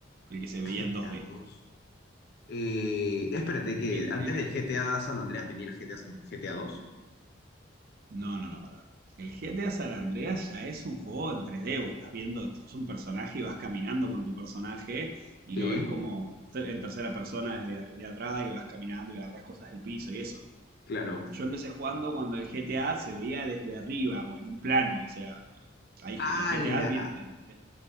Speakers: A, on the right; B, on the left.
A: el que se veía
B: también,
A: en
B: GTA
A: 2D.
B: 2. Eh, espérate que
A: El,
B: antes
A: el que
B: del GTA San Andreas venía el GTA, GTA 2.
A: No, no, no, para. El GTA San Andreas ya es un juego en 3D. Vos estás viendo, sos un personaje y vas caminando con tu personaje y
B: Sí,
A: lo ves como en, tercer- en tercera persona desde a- de atrás y vas caminando y agarras cosas del piso y eso.
B: claro.
A: Yo empecé jugando cuando el GTA se veía desde arriba o en un plano. O sea, eh, hay
B: ¡Hala!
A: ge- los GTA vienen de, de-